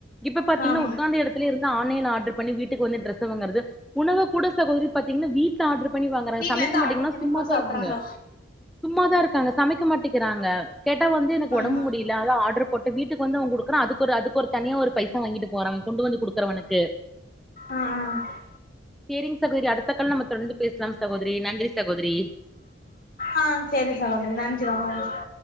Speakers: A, in the centre; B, on the left.
A: இப்ப பாத்தீங்னா
B: ஆமா
A: உக்காந்த எடத்துல இருந்து ஆன்லைன் ஆர்டர் பண்ணி வீட்டுக்கு வந்து டிரெஸ வாங்கறது உணவு கூட சகோதரி பாத்தீங்னா வீட்ல ஆடர் பண்ணி வாங்கறாங்க
B: வீட்ல
A: சமக்க
B: இருந்து
A: மாட்டீங்கனா
B: ஆர்டர் பண்ணி
A: சும்மாதா
B: இப்ப சாப்டுறாங்க
A: இருக்குங்க சும்மாதா இருக்காங்க சமைக்க மாட்டீகங்கறாங்க கேட்டா வந்து எனக்கு ஒடம்பு
B: ஆமா
A: முடி இல்ல அதா ஆர்டர் போட்டு வீட்டுக்கு வந்து அவன் குடுக்கறான் அதுக்கு அதுக்கு ஒரு தனியா ஒரு பைசா வாங்கி கொண்டு வந்து குடுக்கறவனுக்கு
B: ஆ ஆ
A: சேரிங் சகோதரி அ த்த கால்ல நம்ம தொடர்ந்து பேசலாம் சகோதரி நன்றி சகோதரி
B: ஆ சேரி சகோதரி நன்றி ரொம்ப நன்றி